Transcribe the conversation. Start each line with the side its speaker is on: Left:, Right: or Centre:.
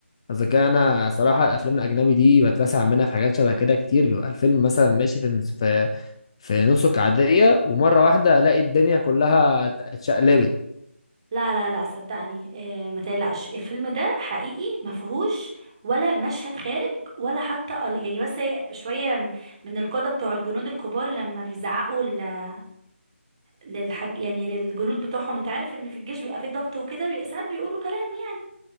Left: اذا كان انا صراحه الافلام الاجنبي دي بتلسع منها في حاجات شبه كده كتير بيبقى الفيلم مثلا ماشي في في في نسق عاديه ومره واحده الاقي الدنيا كلها اتشقلبت
Right: لا لا لا صدقني آه ما تقلقش الفيلم ده حقيقي ما فيهوش ولا مشهد خارج ولا حتى ال- يعني بس هي شويه م- من القاده بتوع الجنود الكبار لما بيزعقوا ل- للحج يعني للجنود بتوعهم انت عارف ان في الجيش بيبقى فيه ضبط وكده بي- ساعات بيقولوا كلام يعني